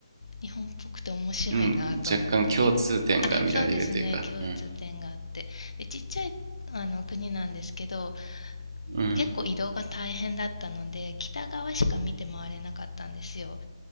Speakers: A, on the left (about 85°); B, on the right (about 45°).
A: 日本っぽくて面白いなと思って。
B: うん。若干共通点が見られるというか。
A: あ、そうですね、共通点があって。
B: うん。
A: で、ちっちゃい、あの、国なんですけど、
B: うん。
A: 結構移動が大変だったので、北側しか見て回れなかったんですよ。